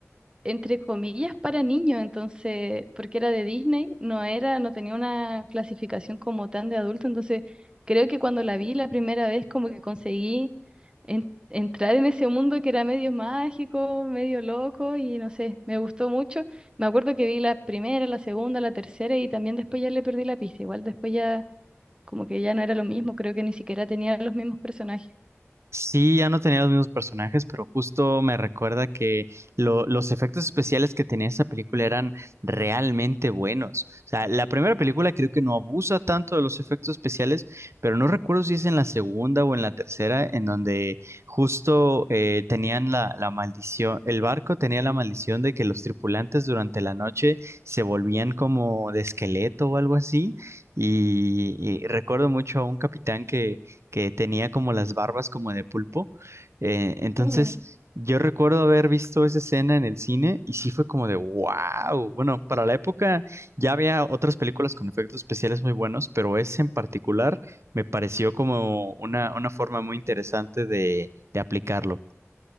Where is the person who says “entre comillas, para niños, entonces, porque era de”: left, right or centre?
Right